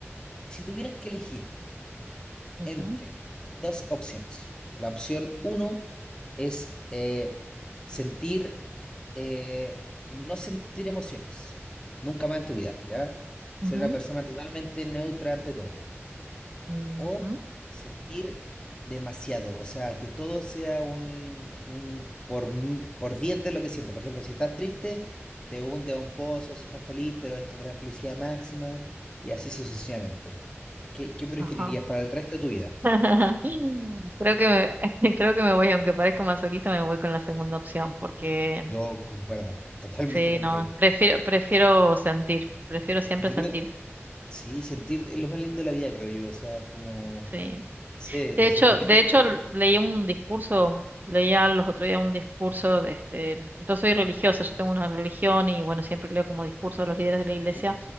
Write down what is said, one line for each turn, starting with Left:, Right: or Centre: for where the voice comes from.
Left: si tuvieras que elegir
Right: Ujú,
Left: entre dos opciones. La opción uno es eh, sentir eh, no sentir emociones, nunca más en tu vida, ¿ya?
Right: ujú,
Left: Ser una persona totalmente neutra ante todo.
Right: ujú,
Left: O sentir demasiado, o sea, que todo sea un, un por, m- por 10 de lo que sientes. Por ejemplo, si estás triste, te hunde a un pozo, si estás feliz, pero esto es la felicidad máxima y así sucesivamente. ¿Qué, qué preferirías
Right: ajá.
Left: para el resto de tu vida?
Right: <laughs> Creo que me, <laughs> creo que me voy, aunque parezca masoquista, me voy con la segunda opción, porque
Left: Yo concuerdo <laughs> totalmente
Right: sí,
Left: contigo.
Right: no, prefiero, prefiero sentir, prefiero siempre
Left: Yo
Right: sentir,
Left: creo, sí, sentir es lo más lindo de la vida, creo yo, o sea, es como...
Right: sí.
Left: Sí,
Right: De
Left: los
Right: hecho,
Left: sentimientos
Right: de hecho,
Left: son...
Right: l- leí un discurso, leía los otros días un discurso de este, yo soy religiosa, yo tengo una religión y bueno, siempre leo como discurso de los líderes de la iglesia.
Left: ¿Sí?